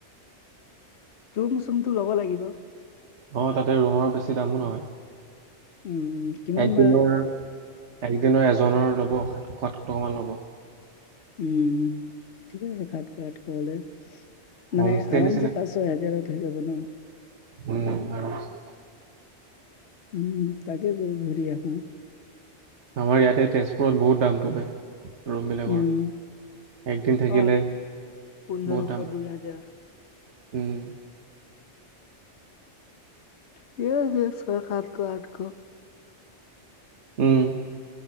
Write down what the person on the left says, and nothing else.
ৰুম চুমটো ল'ব লাগিব।
উম, কিমান
মা
উম, ঠিক আছে সাতশ আঠশ হলে।
মানে
আৰাম
যে পাচ ছয় হাজাৰত হৈ যাব ন।
উম, তাকে গৈ ঘূৰি আহো।
উম।
অ, পোন্ধৰশ
দুই হাজাৰ।
দিয়ে - দিয়ে চয় সাতশ আঠশ।